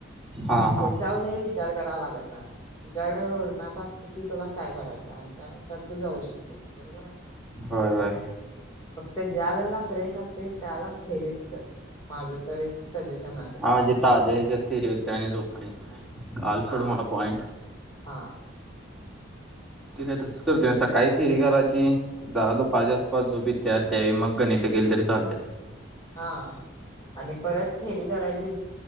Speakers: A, in the centre; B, on the left.
A: हा
B: ते
A: हा
B: चावले वि चार करायला लागत नाय तुझ्याकडे रोडमॅप आ आसतकी तुला काय करायचं आणि त्यानुसार तू जाऊ शक ते बरोबर आ
A: होय होय
B: फक्त ज्या वेळेला फ्रेश असतेस त्याला थेरीच कर माझं तर एक सजेशन आहे
A: हा
B: तुला.
A: म्हणजे ताज्या ह्याच्यात थेरी होते आणि झोप पण येत नाय. काल
B: हा
A: सोडू मला पॉइंट.
B: हा
A: ठीक आहे तसच करतो मी सकाळी थेरी कराची जाधो पाझ्या आसपास झोपी त्या त्या मग गणित गेल तरी चालत
B: हा आणि परत थेरी करायची